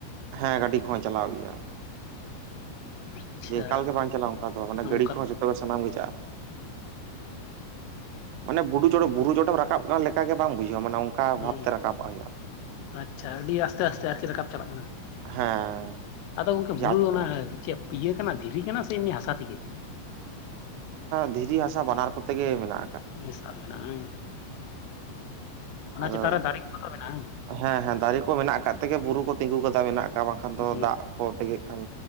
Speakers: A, on the right (about 85°); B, on the left (about 90°).
A: ᱦᱮᱸ ᱜᱟᱹᱰᱤ ᱠᱚᱦᱚ ᱪᱟᱞᱟᱣ ᱜᱮᱭᱟ
B: ᱟᱪᱪᱷᱟ
A: ᱡᱮ ᱮᱠᱟᱞ ᱜᱮ ᱵᱟᱝ ᱪᱟᱞᱟᱜᱼᱟ ᱚᱱᱠᱟ ᱫᱚ ᱢᱟᱱᱮ
B: ᱚᱱᱠᱟ
A: ᱜᱟᱹᱰᱤ ᱠᱚᱦᱚᱸ ᱡᱚᱛᱚᱜ ᱜᱮ ᱥᱟᱱᱟᱢ ᱜᱮ ᱪᱟᱜᱼᱟ ᱢᱟᱱᱮ ᱵᱩᱨᱩ ᱪᱚᱴᱮ ᱵᱩᱨᱩ ᱪᱚᱴᱮᱢ ᱨᱟᱠᱟᱵ ᱠᱟᱱ ᱞᱮᱠᱟ ᱜᱮ ᱵᱟᱝ ᱵᱩᱡᱷᱟᱹᱜ ᱡᱮ ᱢᱟᱱᱮ ᱚᱱᱠᱟ ᱵᱷᱟᱵᱛᱮ
B: ᱚ
A: ᱨᱟᱠᱟᱵᱚᱜ ᱦᱩᱭᱩᱜᱼᱟ
B: ᱟᱪᱪᱷᱟ ᱟᱹᱰᱤ ᱟᱥᱛᱮ ᱟᱥᱛᱮ ᱟᱨᱠᱤ ᱨᱟᱠᱟᱵ ᱪᱟᱞᱟᱜ ᱠᱟᱱᱟ
A: ᱦᱮᱸ
B: ᱟᱫᱚ ᱜᱚᱝᱠᱮ
A: ᱡᱮ
B: ᱵᱩᱨᱩ
A: ᱟᱪᱠᱟ
B: ᱚᱱᱟ ᱪᱮᱫ ᱤᱭᱟᱹ ᱠᱟᱱᱟ ᱫᱷᱤᱨᱤ ᱠᱟᱱᱟ ᱥᱮ ᱮᱢᱱᱤ ᱦᱟᱥᱟ ᱛᱮᱜᱮ
A: ᱫᱷᱤᱨᱤ ᱦᱟᱥᱟ ᱵᱟᱱᱟᱨ ᱠᱚᱛᱮ ᱜᱮ ᱢᱮᱱᱟᱜᱼᱟ
B: ᱢᱮᱥᱟ ᱢᱮᱱᱟᱜᱼᱟ ᱚᱱᱟ
A: ᱟᱫᱚ
B: ᱪᱮᱛᱟᱱ ᱨᱮ ᱫᱟᱨᱮ ᱠᱚᱫᱚ ᱢᱮᱱᱟᱜᱼᱟ
A: ᱦᱮᱸ ᱦᱮᱸ ᱫᱟᱨᱮ ᱠᱚ ᱢᱮᱱᱟᱜ ᱠᱟᱜ ᱛᱮᱜᱮ ᱵᱩᱨᱩ ᱠᱚ ᱛᱤᱸᱜᱩ ᱠᱟᱛᱮ ᱢᱮᱱᱟᱜ ᱟᱠᱟᱫ ᱵᱟᱝᱠᱷᱟᱱ
B: ᱵᱟᱝ
A: ᱫᱚ ᱫᱟᱜ ᱠᱚ ᱛᱮᱸᱜᱮᱫ ᱠᱷᱟᱱ